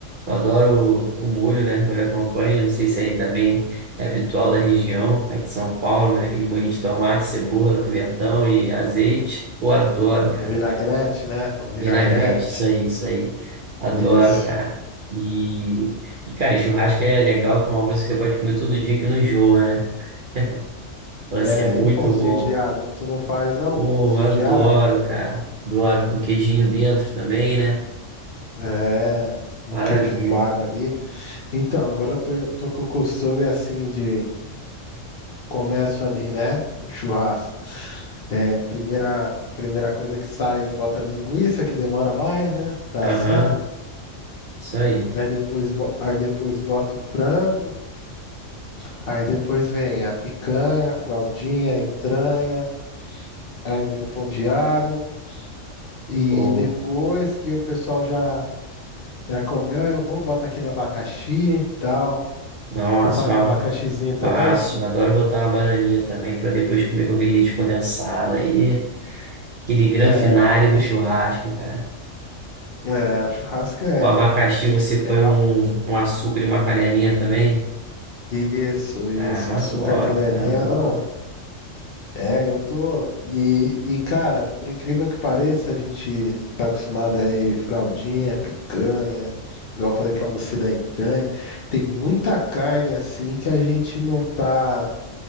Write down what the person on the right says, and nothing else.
Eu adoro o, o molho, né? Molho à campanha. Não sei se aí também é habitual da região, aí de São Paulo, mas aquele molhinho de tomate, cebola, pimentão e azeite. Pô, adoro, cara.
Vinagrete, isso aí, isso aí. Adoro,
cara. E, e cara, e churrasco é legal, que é uma coisa que você pode comer todo dia que não enjoa, né? <laughs> Vai
ser muito
bom.
Pô,
adoro,
cara. Adoro com queijinho dentro também, né?
Maravilha.
Aham,
isso aí.
Pô,
nossa,
mal
faço. Adoro botar uma bananinha também pra depois comer com aquele leite condensado aí. Aquele gran
finale
do churrasco, cara.
O abacaxi você põe
um, um açúcar e uma canelinha também.
Ah,
adoro,
cara, adoro.